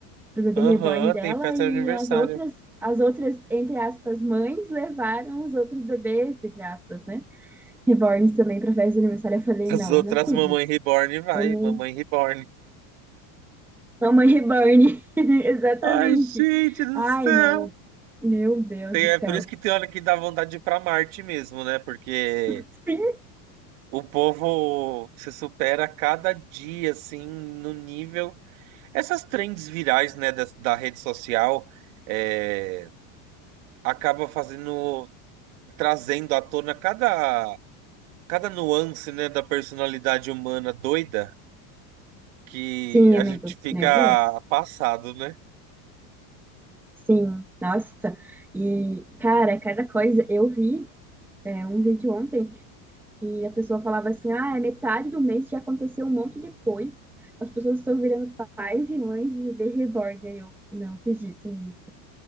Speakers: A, in the centre; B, on the right.
A: pro bebê
B: Aham,
A: reborn dela
B: tem festa
A: e
B: de aniversário.
A: as outras, as outras, entre aspas, mães levaram os outros bebês, entre aspas, né? Reborns também pra festa de aniversário. Eu falei,
B: As
A: não,
B: outras
A: não acredito.
B: Mamãe Reborn vai,
A: Eu me.
B: Mamãe Reborn.
A: Mamãe reborn. <laughs> Exatamente.
B: Ai, gente do
A: Ai,
B: céu!
A: não. Meu Deus
B: Tem-
A: do
B: É
A: céu.
B: por isso que tem hora que dá vontade de ir pra Marte mesmo, né? Porque.
A: Sim.
B: O povo se supera a cada dia, assim, no nível. Essas trends virais, né, da, da rede social, é, acaba fazendo, trazendo à tona cada, cada nuance, né, da personalidade humana doida que
A: Sim,
B: a
A: amigo.
B: gente fica
A: Meu Deus.
B: passado, né?
A: Sim. Nossa. E, cara, cada coisa. Eu vi é, um vídeo ontem que a pessoa falava assim, ah, é metade do mês já aconteceu um monte de coisa. As pessoas estão virando pais e mães de bebê reborn. Aí eu não acredito nisso.